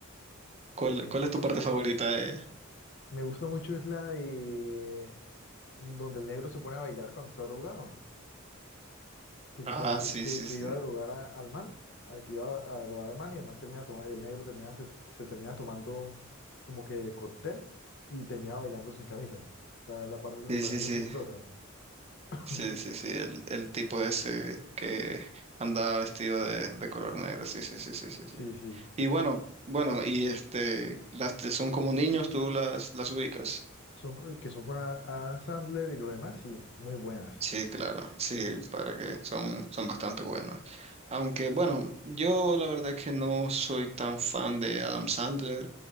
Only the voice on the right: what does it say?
¿Cuál,
cuál es tu parte favorita de ella?
Ah,
sí,
sí,
sí.
Sí,
sí,
sí.
Sí, sí, sí, el, el tipo ese que andaba vestido de, de color negro, sí, sí, sí, sí, sí,
sí.
Y bueno, bueno, y este, las tres son como niños, tú las, las ubicas.
Sí, claro, sí, para que son, son bastante buenas. Aunque bueno, yo la verdad es que no soy tan fan de Adam Sandler,